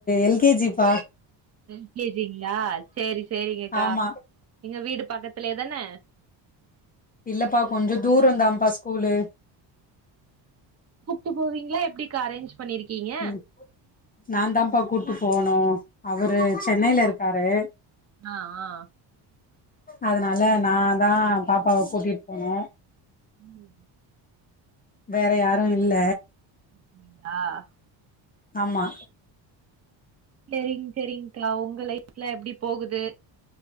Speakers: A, on the left; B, on the right.
A: எல்கேஜிப்பா
B: எல்க்கேஜிங்களா சேரி சேரிங்கக்கா
A: ஆமா
B: எங்க வீடு பக்கத்லேயே தான
A: இல்லப்பா கொஞ்ச தூரதாப்பா ஸ்கூலு
B: கூட்டு போவீங்களா எப்டிக்கா அரேஞ்ச் பண்ணிருக்கீங்க
A: ம் நா தாப்பா கூட்டு போவனு அவரு சென்னையில இருக்காரு
B: ஆ ஆ
A: அதனால நா தா பாப்பாவ கூட்டிட்டு போனு
B: ம்
A: வேற யாரு இல்ல
B: <unintelligible>
A: ஆமா
B: செரிங்க செரிங்க்கா உங்க லைஃப்ல எப்டி போகுது